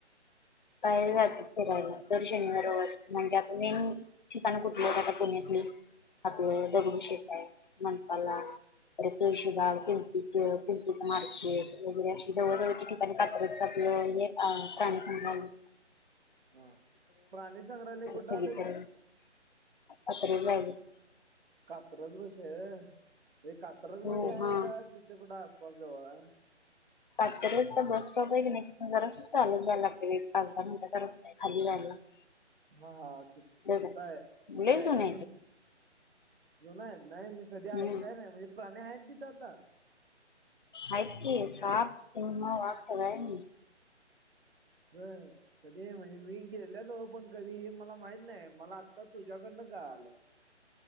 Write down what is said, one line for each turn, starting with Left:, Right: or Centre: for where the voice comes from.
Left: काही वाटत फिरायला, दर शनिवार रविवार म्हणल <unintelligible> मेन ठिकाणं कुठल आहे बगा पुण्यातले, आपलं दगडूशेठ आहेत. म्हणपाला <unintelligible> अरे तुळशी बाग किंती <unintelligible> <unintelligible> पिंकीच मार्केट, वगैरे अशी जवळजवळच्या ठिकाणी कात्रजच आपलं हे प्राणी संग्रलय
Right: हा, प्राणी संग्रहालय कुठे?
Left: सग
Right: आलं
Left: तर
Right: ते
Left: अत्र जायल <unintelligible>
Right: कात्रज बसे आहे हे कात्रज
Left: हो
Right: मध्ये आहे
Left: हा
Right: का तिथं कुठं आसपास जवळ हाय?
Left: कात्रजचा बस स्टॉप आहे की नाही तिथून जरसच चालच जाय लागते एक पाच दहा मिनटाचा रस्ता. खाली झाला <unintelligible>
Right: हा हा तिथय
Left: आहे
Right: तिथय
Left: लय
Right: आहे
Left: जुनं
Right: का ते? जुन आहेत नाही मी कधी आय
Left: हम्म
Right: काय नाही म्हणजे प्राणी आहेत तिथ आता?
Left: आहेत की साप, सिव्ह, वाघ सगळ आहे.
Right: <unintelligible> कधी म्हणजे गेलेलो हो, पण कधी हे मला माहत नाही मला आत्ता तुझ्याकडनं कळाल.